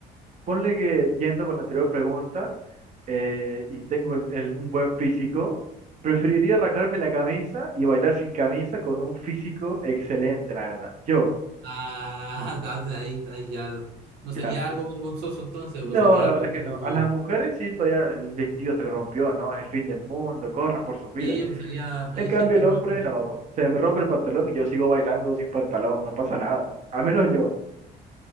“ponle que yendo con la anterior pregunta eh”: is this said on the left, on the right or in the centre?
Right